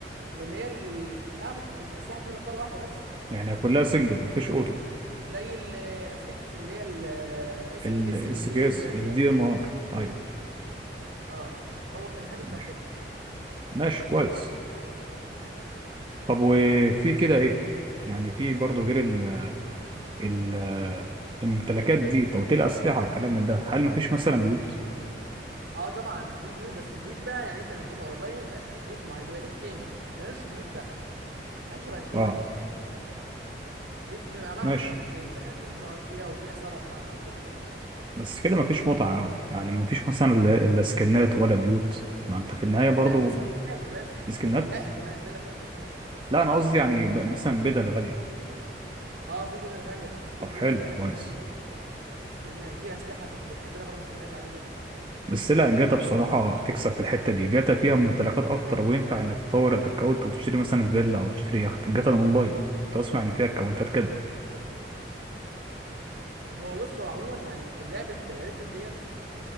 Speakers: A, on the right (about 90°); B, on the right (about 30°).
A: واللي هي ال... تعرف الت- الاسلحة بتضرب طلقة واحدة بس
B: يعني كلها سنجل مفيش اوتو
A: زي ال- اسلحه اللي هي الاس
B: الاس
A: كي اس والميني
B: كي
A: والكلام
B: اس الدي
A: ده
B: ام ار ايوه
A: اه هو كان حاجه شبه
B: ماشي
A: كده
B: ماشي كويس طب وفي كده ايه يعني في برضه غير ال ال الممتلكات دي توتيل اسلحه وكلام من ده هل مفيش مثلا بيوت
A: اه طبعا في بيوت بس البيوت دي بقى يعني انت لما بتبقى اونلاين ما بيبقاش ليك بيت معين بيبقى ليك خيمه مالهاش بيوت بقى حاجه شبه الخيمه
B: اه
A: كده دي بتبقى عباره
B: ماشي
A: عن خيمتك انت يعني بتقعد فيها وفي عصابه طبعا حواليك الكلام ده
B: بس كده مفيش متعه قوي يعني مفيش مثلا لا لا سكنات ولا بيوت ما انت في النهايه برضه
A: لا في سكنات يا باشا
B: في سكنات
A: وفي حلاقه كمان تقدر تروح تحلق
B: لا انا
A: اه
B: قصدي يعني ب- مثلا بدل غاليه
A: اه في بدل غاليه تروح تشتري
B: طب حلو
A: بدل في اماكن
B: كويس
A: بتاعت هدوم في سكنات في اسلحه بت- بتحط لها برضه سكنات عادي جدا
B: بس لا جاتا بصراحه
A: بص
B: تكسب في الحته دي جاتا فيها ممتلكات اكتر وينفع انك تطور الاكونت وتشتري مثلا فيلا او تشتري يخت جاتا اونلاين كنت اسمع ان فيها اكونتات كده
A: طب هو بص هو عموما يعني لعبه ريد ديت